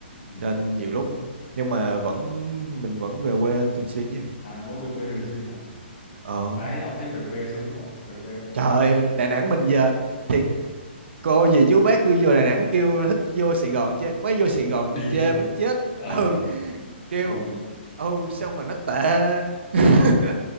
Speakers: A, on the left (about 40°); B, on the right (about 70°).
A: Ừ.
B: nên Ừ. nhiều lúc nhưng mà vẫn mình vẫn về quê thường xuyên chứ
A: à có về quê thường xuyên hả
B: ờ
A: đấy ông thấy về quê sướng không về quê tôi cảm
B: trời
A: giác
B: Đà Nẵng mình giờ thiệt cô gì chú bác tôi vô Đà Nẵng kêu thích vô Sài Gòn chơi mới vô Sài Gòn
A: điên
B: chơi
A: á
B: muốn chết <laughs>
A: ờ
B: ừ kêu
A: không
B: ừ sao mà nó tệ <laughs>